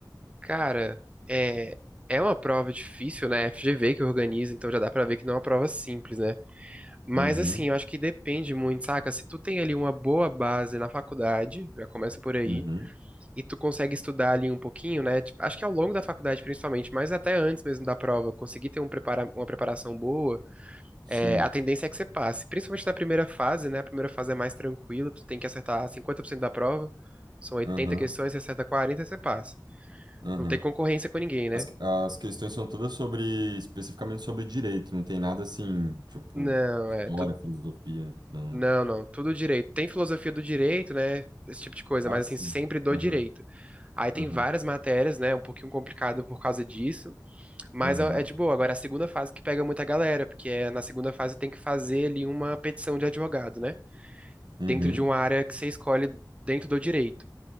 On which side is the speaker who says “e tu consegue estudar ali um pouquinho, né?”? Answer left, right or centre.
Right